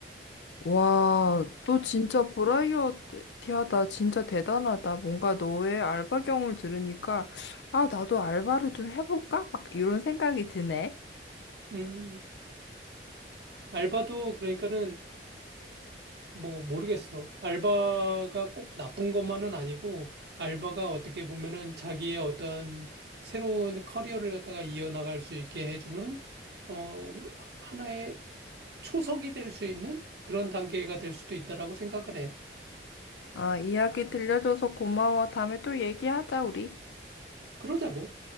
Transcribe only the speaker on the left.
와, 너 진짜 버라이어티하다. 진짜 대단하다. 뭔가 너의 알바 경험을 들으니까, 아, 나도 알바를 좀 해볼까? 막 이런 생각이 드네.
아, 이야기 들려줘서 고마워. 다음에 또 얘기하자, 우리.